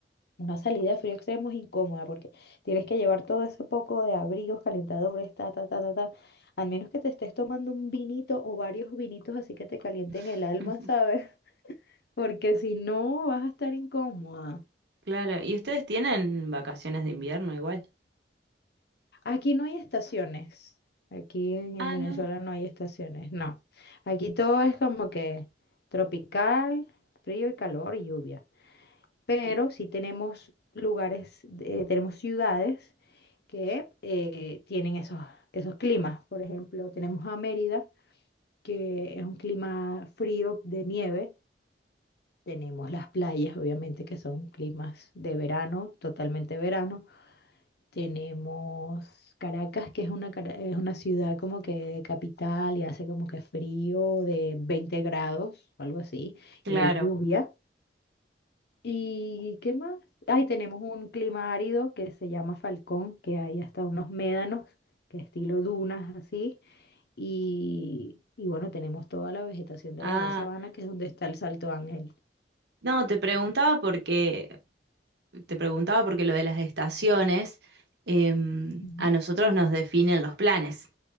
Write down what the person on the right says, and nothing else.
<laughs>
claro. ¿Y ustedes tienen vacaciones de invierno igual?
Ah,
no.
Y
claro.
Ah,
no, te preguntaba porque te preguntaba porque lo de las estaciones em,
a nosotros nos definen los planes.